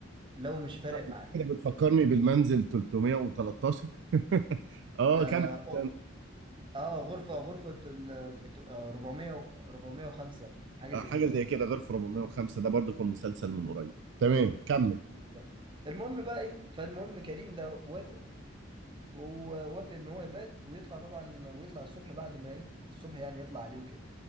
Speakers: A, on the right (about 25°); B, on the right (about 60°).
A: لو مش فارق
B: لا،
A: معاك
B: كده بتفكرني بالمنزل 313 <laughs> اه
A: آه,
B: كمل
A: أو-
B: كمل.
A: آه غرفة غرفة تل- تلت- آه، 400 و- 405 حاجة
B: آه،
A: زي
B: حاجة
A: كده
B: زي
A: يعني
B: كده غير في 405 ده برضو كان مسلسل من قريب تمام كمل
A: بالظبط. المهم بقى إيه فالمهم كريم ده وافق ووافق إن هو يبات ويطلع طبعا ويطلع الصبح بعد ما إيه الصبح يعني يطلع عليه وكده